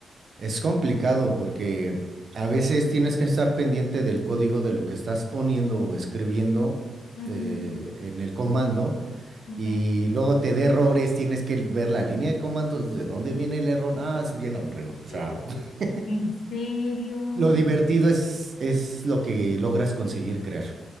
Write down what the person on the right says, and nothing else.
Es complicado porque a veces tienes que estar pendiente del código de lo que estás poniendo o escribiendo
eh, en el comando
y luego te da errores, tienes que ver la línea de comandos, de dónde viene el error. Ah, es bien aburrido. O
sea, <laughs>
lo divertido es, es lo que logras conseguir crear.